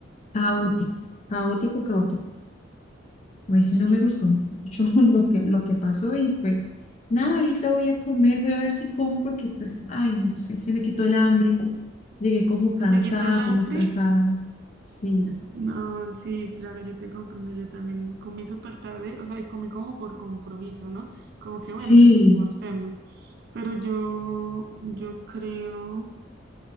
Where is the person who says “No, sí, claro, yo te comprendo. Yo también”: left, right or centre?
Right